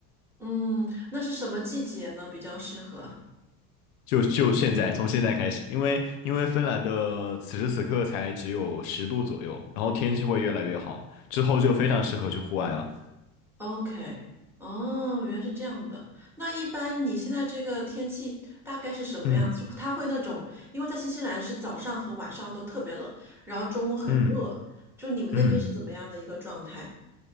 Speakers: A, in the centre; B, on the left.
A: 嗯，那是什么季节呢？比较适合
B: 就就现在，从现在开始，因为因为芬兰的此时此刻才只有十度左右，然后天气会越来越好，之后就非常适合去户外了。
A: ？OK，哦，原来是这样的。那一般你现在这个天气大概是什么样子？
B: 嗯
A: 它会那种，因为在新西兰是早上和晚上都特别冷，然后中午很热，
B: 嗯
A: 就你们那边是怎么样的一个状态？
B: 嗯，